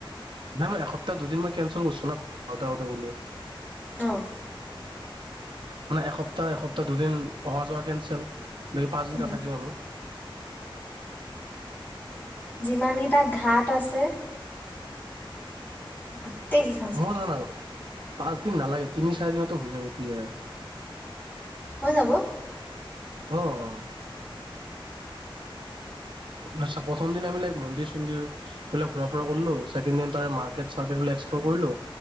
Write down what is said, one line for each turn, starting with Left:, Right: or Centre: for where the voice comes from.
Right: নাই নাই এসপ তা দুদিন মই কেনঞ্চেল কৰছো না আউতে আউতে বুলি
Left: অঁ
Right: মানে এসপ্তাহ এসপ্তাহ দুদিন অহা যোৱা কেনচেল বে পাঁচদিন
Left: উম।
Right: তাত থাকিম আৰু
Left: যিমানগিটা ঘাট আছে গোটেই গিখন
Right: মোৰ
Left: চাম
Right: জানা পাঁচ দিন নালাগে, তিনি-চাৰি দিনত ত' হৈ যাব ক্লিয়াৰ।
Left: হৈ যাব।
Right: অহ। আচ্ছা, প্ৰথম দিনা আমি লাইক মন্দিৰ-চন্দিৰ বিলাক ঘূৰা ফূৰা কৰলো, চেকেণ্ড দিন তাৰ মাৰ্কেট- চাৰ্কেট বিলাক এক্সফ্লৰ কৰিলো,